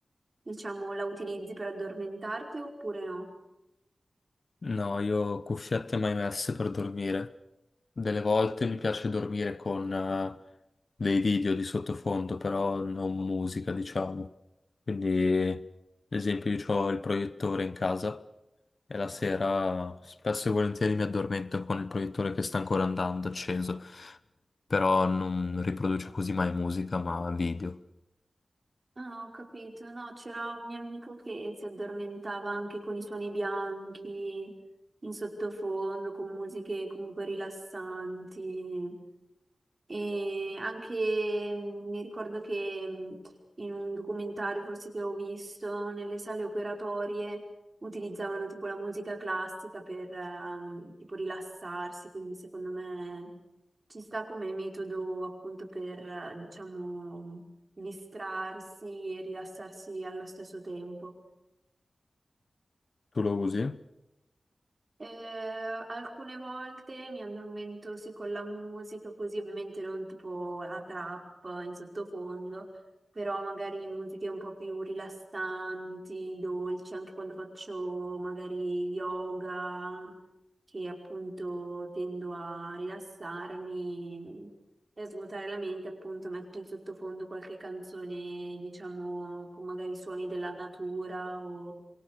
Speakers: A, on the right; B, on the left.
A: diciamo, la utilizzi per addormentarti oppure no?
B: No, io cuffiette mai messe per dormire. Delle volte mi piace dormire con eh, dei video di sottofondo, però non musica, diciamo. Quindi, ad esempio, io ho il proiettore in casa e la sera spesso e volentieri mi addormento con il proiettore che sta ancora andando acceso, però non riproduce così mai musica, ma video.
A: Ah, ho capito. No, c'era un mio amico che si addormentava anche con i suoni bianchi in sottofondo, con musiche comunque rilassanti. E anche mh, mi ricordo che mh, in un documentario forse che ho visto, nelle sale operatorie utilizzavano tipo la musica classica per ehm, tipo rilassarsi, quindi secondo me ci sta come metodo appunto per eh, diciamo distrarsi e rilassarsi allo stesso tempo.
B: Tu lo usi?
A: Eh, alcune volte mi addormento sì con la musica, così ovviamente non tipo la trap in sottofondo, però magari musiche un po' più rilassanti, dolci, anche quando faccio magari yoga, che appunto tendo a rilassarmi e a svuotare la mente, appunto metto in sottofondo qualche canzone, diciamo, con magari suoni della natura o